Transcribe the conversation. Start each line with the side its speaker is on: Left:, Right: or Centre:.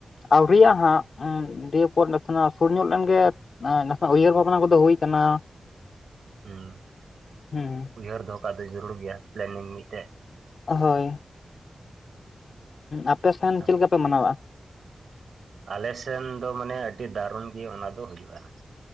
Left: ᱟᱹᱣᱨᱤᱭᱟᱜ ᱦᱟᱸᱜ ᱫᱤᱭᱯᱚᱨ ᱱᱟᱥᱮᱱᱟᱜ ᱥᱩᱨ ᱧᱚᱜ ᱞᱮᱱᱜᱮ ᱱᱟᱦᱟᱜ ᱩᱭᱦᱟᱹᱨ ᱵᱷᱟᱵᱽᱱᱟ ᱠᱚᱫᱚ ᱦᱩᱭ ᱠᱟᱱᱟ᱾
Right: ᱦᱩᱸ
Left: ᱦᱩᱸ
Right: ᱩᱭᱦᱟᱹᱨ ᱫᱚᱦᱚ ᱠᱟᱜ ᱫᱚ ᱡᱟᱹᱨᱩᱲ ᱜᱮᱭᱟ ᱯᱞᱮᱱᱤᱝ ᱢᱤᱜᱴᱮᱜ
Left: ᱚᱦᱳᱭ ᱟᱯᱮᱥᱮᱱ
Right: ᱟᱪᱪᱷᱟ
Left: ᱪᱮᱫ ᱞᱮᱠᱟ ᱯᱮ ᱢᱟᱱᱟᱣᱟ?
Right: ᱟᱞᱮ ᱥᱮᱱ ᱫᱚ ᱢᱟᱱᱮ ᱟᱹᱰᱤ ᱰᱟᱨᱩᱱ ᱜᱮ ᱚᱱᱟ ᱫᱚ ᱦᱩᱭᱩᱜᱼᱟ